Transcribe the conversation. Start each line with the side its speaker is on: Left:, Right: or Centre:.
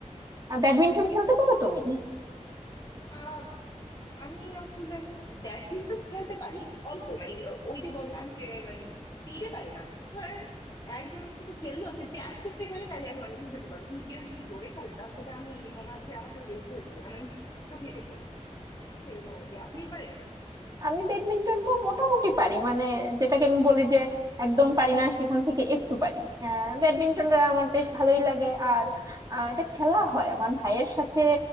Right: আহ, ব্যাডমিন্টন খেলতে পারো তুমি
Left: আহ আমি আসলে ব্যাডমিন্টন খেলতে পারি অল্প মানে ওই যে বললাম যে মানে স্পিডে পারি না ধরেন একজন আমার সাথে খেললো সে যদি আস্তে আস্তে খেলে তাহলে আমি অনেকক্ষণ খেলতে পারবো কিন্তু কেউ যদি জোরে খেলে তার সাথে আমি মনে হয় সে আমার সাথে বিরক্ত হয়ে যাবে কারণ আমি চোখেই দেখবো না এরকম আর কি আপনি পারেন
Right: আমি ব্যাডমিন্টনটা মোটামুটি পারি মানে যেটাকে আমি বলি যে একদম পারি না সেখান থেকে একটু পারি আহ, ব্যাডমিন্টনটা আমার বেশ ভালোই লাগে আর আহ, এটা খেলা হয় আমার ভাইয়ের সাথে